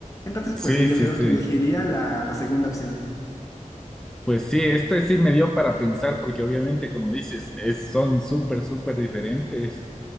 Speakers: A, on the left; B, in the centre.
A: Entonces,
B: Sí,
A: pues sí,
B: sí,
A: yo creo
B: sí.
A: que elegiría la, la segunda opción.
B: Pues sí, este sí me dio para pensar porque obviamente, como dices, es, son súper, súper diferentes.